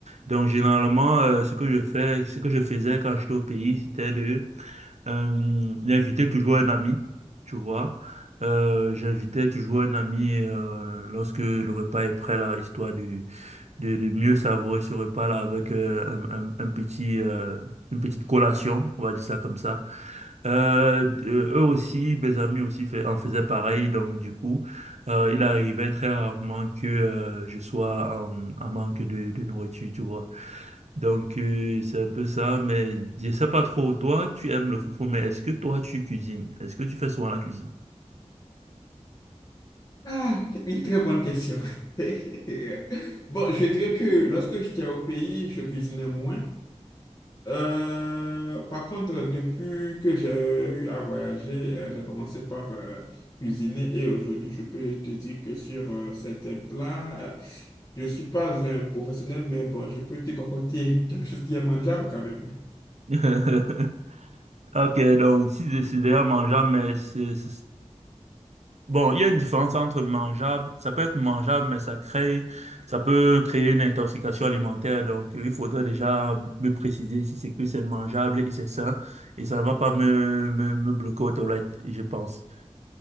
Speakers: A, on the right (about 65°); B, on the left (about 30°).
A: Donc généralement, euh, ce que je fais, ce que je faisais quand j'étais au pays, c'était de euh, d'inviter toujours un ami, tu vois. Euh, j'invitais toujours un ami euh, lorsque le repas est prêt là, histoire de de, de mieux savourer ce repas là avec euh, un, un, un petit euh, une petite collation, on va dire ça comme ça. Euh, euh, eux aussi, mes amis aussi fait, en faisaient pareil, donc du coup, euh, il arrivait très rarement que euh, je sois en, en manque de, de nourriture, tu vois. Donc, euh, c'est un peu ça, mais je sais pas trop. Toi, tu aimes le foufou, mais est-ce que toi, tu cuisines? Est-ce que tu fais souvent la cuisine?
B: Ah, une très bonne question. <laughs> Bon, je dirais que lorsque j'étais au pays, je cuisinais moins. Euh, par contre, depuis que j'ai eu à voyager, euh, j'ai commencé par euh, cuisiner et aujourd'hui, je peux te dire que sur euh, certains plats, euh, je suis pas un professionnel, mais bon, je peux te concocter <laughs> quelque chose qui est mangeable quand même.
A: <laughs> Ok, donc si c'est d'ailleurs mangeable, mais c'est... c'est- Bon, il y a une différence entre mangeable, ça peut être mangeable, mais ça crée, ça peut créer une intoxication alimentaire. Donc, euh, il faudrait déjà me préciser si c'est que c'est mangeable et c'est sain, et ça ne va pas me, me, me bloquer aux toilettes, je pense.